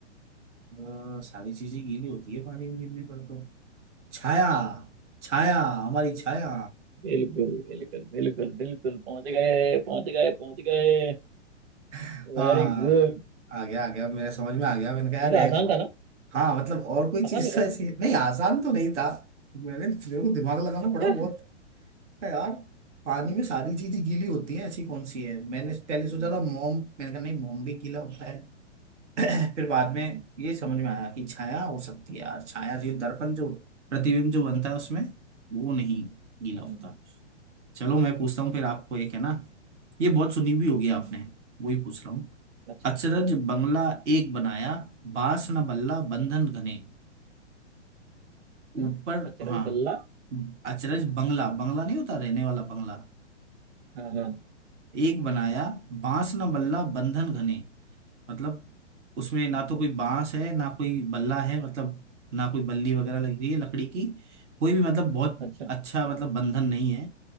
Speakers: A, on the right; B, on the right.
A: अ, सारी चीजें गीली होती है पानी में गिरने पर तो छाया छाया हमारी छाया
B: बिल्कुल बिल्कुल बिल्कुल बिल्कुल पहुंच गए पहुंच गए पहुंच गए
A: हाँ
B: Very good
A: आ गया आ गया मेरे समझ में आ गया मैंने कहा
B: देखा
A: यार ये-
B: आसान था ना
A: हाँ मतलब और कोई चीज
B: आसान निकला
A: तो ऐसी नहीं आसान तो नहीं था मैंने मेरे को दिमाग लगाना
B: अच्छा
A: पड़ा बहुत अरे यार पानी में सारी चीजें गीली होती हैं ऐसी कौन सी है मैंने पहले
B: हम्म
A: सोचा था मोम मैंने कहा नहीं मोम भी गीला होता है <clears throat> फिर बाद में
B: हम्म
A: ये समझ में आया कि छाया हो सकती है यार छाया जो दर्पण जो प्रतिबिंब जो बनता है उसमें वो नहीं गीला
B: हम्म
A: होता चलो मैं पूछता हूँ फिर आपको एक है ना ये बहुत सुनी हुई होगी
B: हम्म,
A: आपने वही पूछ रहा हूँ
B: अच्छा
A: अचरज बंगला एक बनाया बांस न बल्ला बंधन घने
B: हम्म
A: ऊपर
B: अचरज
A: हाँ
B: बल्ला
A: अचरज बंगला बंगला नहीं होता रहने वाला बंगला
B: हाँ हाँ
A: एक बनाया बांस न बल्ला बंधन घने मतलब उसमें ना तो कोई बांस है ना कोई बल्ला है मतलब ना कोई बल्ली वगैरह लगी हुई है लकड़ी की कोई भी मतलब बहुत
B: अच्छा
A: अच्छा मतलब बंधन नहीं है